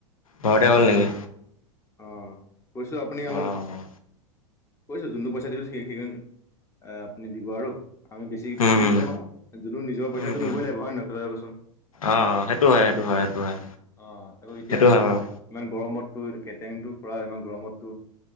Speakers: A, on the left; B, on the left.
A: ঘৰতে গ'ল নেকি
B: অঁ কৈছোঁ আপুনি অলপ
A: অ',
B: কৈছোঁ যোনটো পইচা দিছোঁ সেই সেইখ আপুনি দিব আৰু আমি বেছি বেছিক
A: উম, উম,
B: একো নলাওঁ যোনো নিজৰ পইচাটো
A: উম, উম,
B: লই লাগিব হয় নহয় ক ককচোন
A: অ সেইটো হয় সেইটো হয় সেইটো হয়
B: অ আকৌ এতিয়া
A: সেইটো হয় বাৰু
B: ইমান গৰমতটো কেটেংৰেং পৰা ইমান গৰমতো